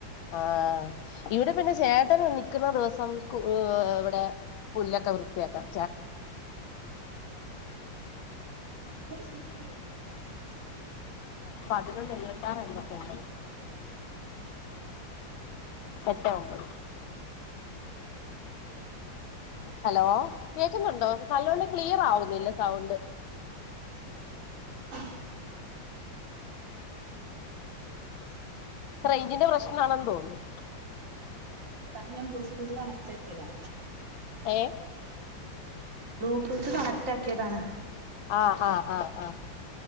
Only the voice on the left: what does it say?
ആഹ് ഇവിടെ പിന്നെ ചേട്ടൻ നിക്കുന്ന ദിവസം കു ഇവിടെ പുല്ലൊക്കെ വൃത്തിയാക്കാം
പതിനൊന്ന്
എഴുപത്താറ്
എൺപത്തൊമ്പത്
എട്ടേ, ഒമ്പത്
ഹലോ കേക് കേൾക്കുന്നോണ്ടോ നല്ലോണം ക്ലിയർ അവുന്നില്ല സൗണ്ട്
ആ ഇതിന്റെ പ്രശ്നം ആണെന്ന് തോന്നുന്നു
ഏഹ്
ആ ആ ആ ആ